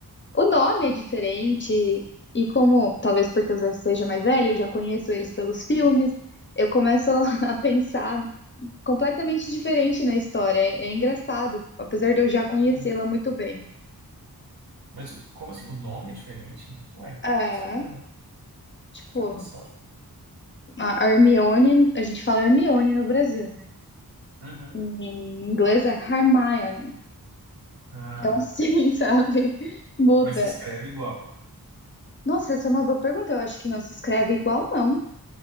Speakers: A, on the left; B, on the right.
A: o nome é diferente, e como, talvez porque eu já seja mais velha, eu já conheço eles pelos filmes, eu começo <laughs> a pensar completamente diferente na história. É, é engraçado, apesar de eu já conhecê-la
B: Uhum.
A: muito bem.
B: Mas o- como assim? O nome é diferente? Ué,
A: É,
B: não sabia não.
A: tipo,
B: Olha só.
A: a Hermione, a gente fala Hermione no Brasil, né?
B: Uhum.
A: Em inglês é Hermione.
B: Ah,
A: Então, assim,
B: tá.
A: <laughs> sabe? Muda.
B: Mas se escreve igual.
A: Nossa, essa é uma boa pergunta. Eu acho que não se escreve igual, não.